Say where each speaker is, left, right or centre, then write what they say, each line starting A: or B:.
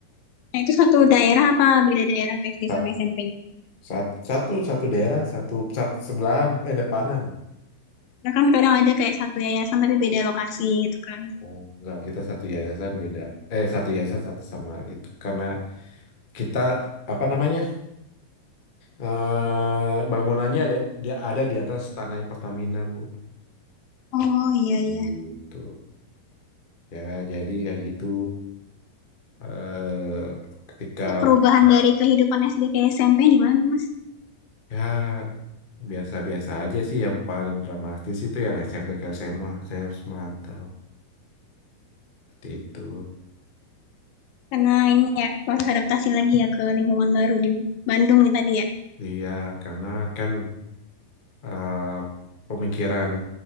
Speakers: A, on the left (about 75°); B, on the left (about 40°).
A: Nah itu satu daerah apa beda daerah tuh SD
B: Sa-
A: sama SMP?
B: sat- satu satu daerah satu sat- sebelahan eh depanan
A: Karena kan kadang ada kayak satu yayasan tapi beda lokasi gitu kan.
B: oh enggak kita satu yayasan beda eh satu yayasan satu sama itu karena kita apa namanya eh bangunannya ada dia ada di atas tanah Pertamina Bu
A: Oh iya iya.
B: gitu ya jadi kayak gitu eh ketika
A: Itu perubahan dari kehidupan SD ke SMP gimana tuh Mas?
B: ya biasa-biasa aja sih yang paling dramatis itu yang SMP ke SMA saya harus merantau Seperti itu.
A: Karena ini ya proses adaptasi lagi ya ke lingkungan baru di Bandung ya tadi ya.
B: Iya, karena kan eh, pemikiran